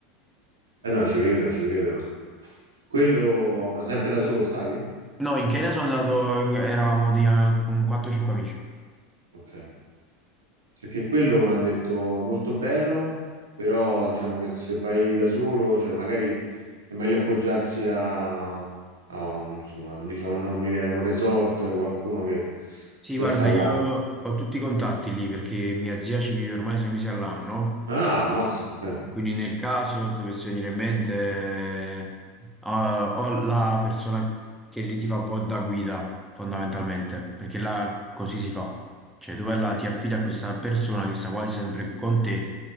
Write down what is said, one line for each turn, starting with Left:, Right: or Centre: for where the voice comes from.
Right: Eh no, ci credo, ci credo. Quello, ma sempre da solo stavi?
Centre: No, in Kenya sono andato, in- eravamo di, eh, con 4-5 amici.
Right: Ok. Perché quello mi hanno detto molto bello, però diciamo che se vai da solo, cioè magari è meglio appoggiarsi a, a un, insomma, diciamo non mi viene un resort, qualcuno che
Centre: Sì,
Right: già
Centre: guarda,
Right: sta là.
Centre: io ho tutti i contatti lì perché mia zia ci vive ormai sei mesi all'anno.
Right: Ah, ammazza, ok.
Centre: Quindi nel caso ti dovesse venire in mente, ah, o la persona che lì ti fa un po' da guida, fondamentalmente, perché là così si fa. Cioè tu vai là, ti affidi a questa persona che sta quasi sempre con te